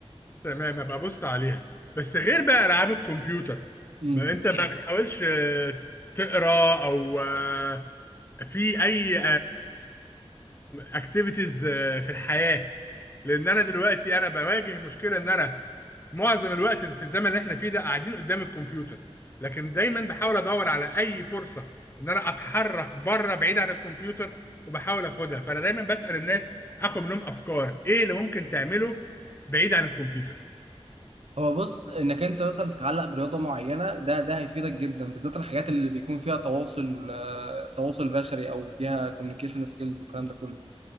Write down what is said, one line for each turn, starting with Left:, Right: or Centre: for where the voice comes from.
Left: تمام ابقى ابص عليها بس غير بقى العاب الكمبيوتر
Right: مم.
Left: ما انت ما بتحاولش آه، تقرا او آه، في اي اكتيفيتيز في الحياه لان انا دلوقتي انا بواجه مشكله ان انا معظم الوقت في الزمن اللي احنا فيه ده قاعدين قدام الكمبيوتر لكن دايما بحاول ادور على اي فرصه ان انا اتحرك بره بعيد عن الكمبيوتر وبحاول اخدها فانا دايما بسال الناس اخد منهم افكار ايه اللي ممكن تعمله بعيد عن الكمبيوتر
Right: هو بص انك انت مثلا تتعلق برياضه معينه ده ده هيفيدك جدا بالذات الحاجات اللي بيكون فيها تواصل آه، تواصل بشري او فيها كوميونيكيشن سكيلز والكلام ده كله